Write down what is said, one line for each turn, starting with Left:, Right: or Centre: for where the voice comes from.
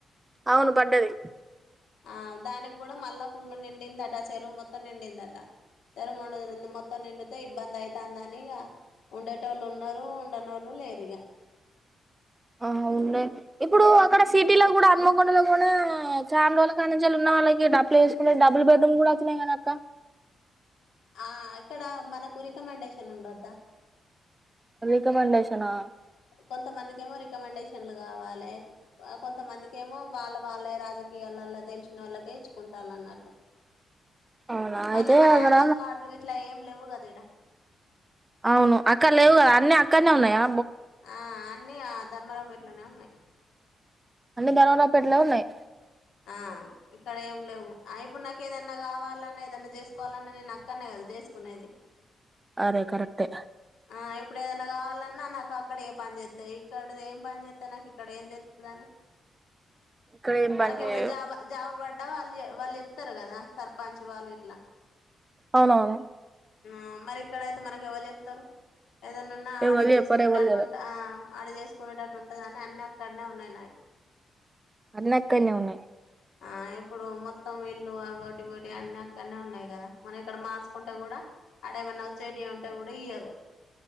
Right: అవును పడ్డది
Left: ఆ దానికి కూడా మళ్ళా ఫుల్లు నిండిందట చెరువు మొత్తం నిండిందట చెరువు <unintelligible> మొత్తం నిండితే ఇబ్బందయితాంది అని ఇగ ఉండేటోళ్ళు ఉన్నరు ఉండనోళ్ళు లేరిగా
Right: ఆహ ఉన్నయ్ ఇప్పుడు అక్కడ సిటీలో కూడా హన్మకొండలో కూడా చాన్ రోజుల కాడినుంచెలున్న వాళ్ళకి అప్లై చేసుకుంటే డబుల్ బెడ్రూమ్లు కూడా వచ్చినయి కదాక్క
Left: ఆ ఇక్కడ మనకు రికమెండేషన్ ఉండొద్దా
Right: రిక మండేశనా
Left: కొంతమందికేమో రికమెండేషన్లు కావాలే కొంతమందికేమో వాళ్ళ వాళ్ళే రాజకీయ ళ్ళలా తెలిసినోళ్ళకే ఇచ్చుకుంటాళ్ళు అన్నట్టు
Right: అవునా
Left: మళ్ళా
Right: అయితే
Left: మన
Right: అక్కడ
Left: ఆధార్ కార్డులు గిట్లా ఏం లేవు కద ఈడ
Right: అవును అక్కడ లేవు కదా అన్నీ అక్కడనే ఉన్నాయా
Left: ఆ అన్ని ఆ ధర్మరావుపేటలోనే ఉన్నయి
Right: అన్నీ ధర్మరావు పెట్లనే ఉన్నాయి
Left: ఆ ఇక్కడ ఏం లేవు ఆ ఇప్పుడు నాకు ఏదన్న కావాలన్నా ఏదన్న చేసుకోవాలన్నా నేను అక్కడనే కదా చేసుకునేది
Right: అరే కరెక్టే
Left: ఆ ఇప్పుడు ఏదైన్నా కావాలన్నా నాకు అక్కడే పని చేస్తయి ఇక్కడది ఏం పని చేస్త తది నాకు ఇక్కడ ఎం తెల్తదని
Right: ఇక్కడ ఏం పని
Left: మనకేమన్నా
Right: చేయవు
Left: జాబ్ జాబ్లు ప అడ వాళ్ళు వాళ్ళు చెప్తరు కదా సర్పంచ్ వాళ్ళు గిట్లా
Right: అవునవును
Left: ఆ మరి ఇక్కడయితే మనకి ఎవలు చెప్తరు ఏదనున్నా
Right: ఎవళ్ళు
Left: ఆడ చేసుకునేట్టు
Right: చెప్పరు ఎవళ్ళు తెలవదు
Left: ఉంటా ఆ ఆడ చేసుకునేటట్టు ఉంటదని అన్ని అక్కడనే ఉన్నయి నాయి
Right: అన్ని అక్కడనే ఉన్నయి
Left: ఆ ఇప్పుడు మొత్తం ఇల్లు ఆవోటి ఇవోటి అన్ని అక్కడనే ఉన్నయి కదా మనం ఇక్కడ మార్చుకుంటే కూడా అడేమన్న వచ్చేటియి ఉంటే కూడా ఇయ్యరు